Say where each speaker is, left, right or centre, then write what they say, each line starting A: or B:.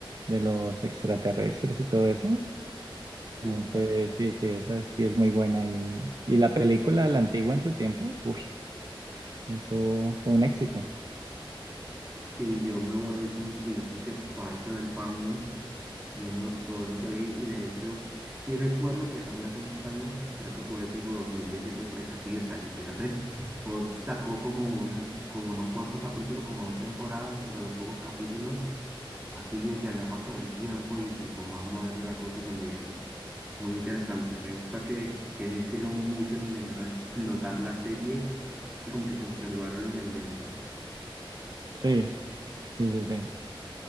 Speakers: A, on the right; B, on the right.
A: de los extraterrestres y todo eso.
B: Sí,
A: Entonces,
B: claro.
A: sí, sí, esa sí es muy buena. Y, y la película, la antigua en su tiempo, uff, eso fue un éxito.
B: Sí, yo me volví, como- digamos que parte del fandom. viendo todo lo que vi y de hecho, sí recuerdo que también hace muchos años, creo que fue tipo 2016, por ahí casi 10 años, fíjate, <laughs> Fox sacó como una, como unos cuantos capítulos, como dos temporadas, pero de pocos capítulos, así de que había pasado el tiempo y tipo más moderna la cosa y también muy interesante. Me gusta que, que no hicieron mucho ni intentaron explotar la serie y como que conservaron los elementos.
A: Sí, sí, sí, sí.